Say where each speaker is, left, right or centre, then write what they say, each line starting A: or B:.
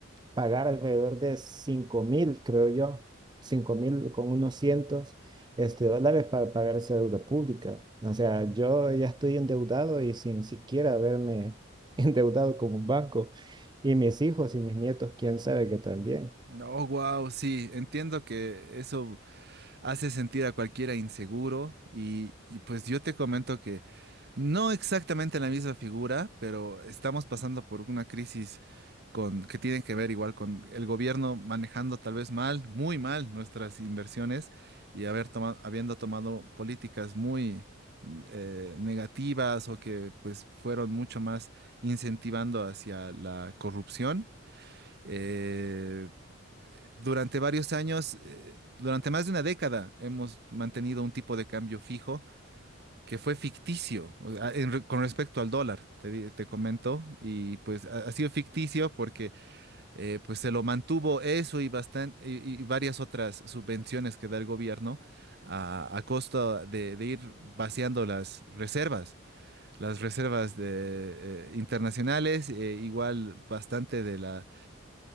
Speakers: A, on the right (about 20°); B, on the right (about 50°).
A: pagar alrededor de cinco mil, creo yo, cinco mil con unos cientos este, dólares para pagar esa deuda pública. O sea, yo ya estoy endeudado y sin siquiera haberme <laughs> endeudado con un banco. Y mis hijos y mis nietos, quién sabe que también.
B: Oh, wow, sí, entiendo que eso hace sentir a cualquiera inseguro y, y pues yo te comento que no exactamente la misma figura, pero estamos pasando por una crisis con, que tienen que ver igual con el gobierno manejando tal vez mal, muy mal nuestras inversiones y haber toma- habiendo tomado políticas muy mm, eh, negativas o que pues fueron mucho más incentivando hacia la corrupción. Eh, durante varios años, eh, durante más de una década, hemos mantenido un tipo de cambio fijo que fue ficticio o sea, en re- con respecto al dólar, te, di- te comento, y pues ha ha sido ficticio porque eh, pues se lo mantuvo eso y, bastan- y, y varias otras subvenciones que da el gobierno a, a costa de, de ir vaciando las reservas, las reservas de, eh, internacionales, eh, igual bastante de la